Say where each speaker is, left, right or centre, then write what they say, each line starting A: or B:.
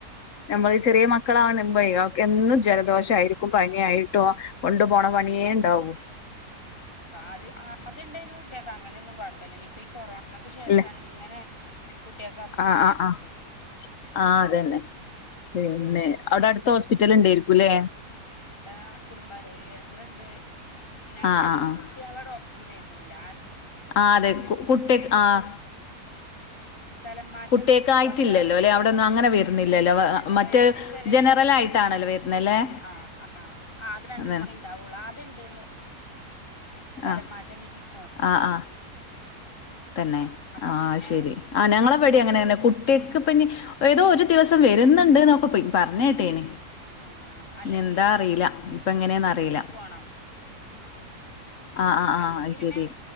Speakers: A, on the left; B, on the left.
A: നമ്മൾ ചെറിയ മക്കളാവുമ്പോ എന്നും ജലദോഷ ആയിട്ടും പനിയായിട്ടും കൊണ്ടു പോണ പണിയേ ഇണ്ടാവൂ.
B: ആഹ് ആത് അതിണ്ടെങ്കി കുട്ടിയാക്ക് അങ്ങനെ ഒന്നും കൊഴപ്പില്ലെനി ഇപ്പം ഈ കൊറോണയ്ക്ക് ശേഷമാണ്
A: ഇല്ല
B: ഇങ്ങനെ കുട്ടിയാക്ക് അസുഖം
A: ആഹ്
B: വര്ണത്.
A: ആഹ് ആഹ് ആഹ് അതന്നെ പിന്നെ അവിടെ അടുത്ത ഹോസ്പിറ്റൽ ഇണ്ടേരിക്കൂല്ലേ.
B: ആഹ് കുടുംബ ആരോഗ്യ കേന്ദ്രം ഇണ്ട് പിന്നെ അവിടുന്നും
A: ആഹ് ആഹ് ആഹ്
B: കുട്ടിയാളെ ഡോക്ടർ വെരിന്നില്ല.
A: ആഹ് അതെ കു കുട്ടി ആഹ്.
B: സ്ഥലം മാറ്റം
A: കുട്ട്യാക്ക് ആയിറ്റില്ലല്ലോ
B: വന്നപ്പേ
A: അല്ലെ അവിടൊന്നും അങ്ങനെ
B: ഇല്ലേ
A: വെരുന്നില്ലല്ലോ
B: അങ്ങനെ
A: മറ്റ
B: വരുന്നില്ല ചെറിയ
A: ജനറലായിട്ട
B: ക്ലിനിക്ക്
A: ആണല്ലോ വരുന്നല്ലേ?
B: ആഹ് ആഹ് ആകെ രണ്ടു
A: അതാണ്
B: മണി ഇണ്ടാവുള്ളു ആദ്യം <unintelligible> സ്ഥലം
A: ആഹ്
B: മാറ്റം കിട്ടി പോവും
A: ആഹ് ആഹ്. തന്നെ
B: അപ്പൊ
A: ആഹ്
B: പിന്നെ
A: ശെരി ആഹ് ഞങ്ങളെ പേടി അങ്ങനെ തന്നെ കുട്ട്യക്ക് ഇപ്പിനി ഏതോ ഒരു ദിവസം വെര എന്നുണ്ട് ന്ന് പോയി പറഞ്ഞെട്ടീന്
B: ആഹ് അല്ലെങ്കിൽ
A: എന്താ അറിയില്ല ഇപ്പ എങ്ങനെന്ന് അറിയില്ല.
B: ആണോ?
A: ആഹ് ആഹ് ആഹ്
B: അല്ലെങ്കി
A: അത്
B: പിന്നെ
A: ശരി